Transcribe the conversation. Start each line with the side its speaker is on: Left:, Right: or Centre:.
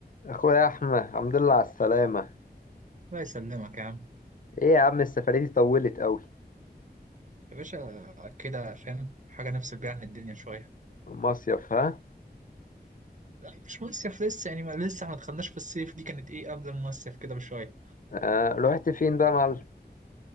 Left: اخويا احمد الحمد لله على السلامه
Right: الله يسلمك يا عم
Left: ايه يا عم السفريه دي طولت قوي
Right: يا باشا كده فاهم حاجة نفصل بيها عن الدنيا شوية
Left: مصيف ها
Right: لا مش مصيف لسه يعني ما لسه ما دخلناش في الصيف دي كانت ايه قبل المصيف كده بشوية
Left: آه رحت فين بقى يا معلم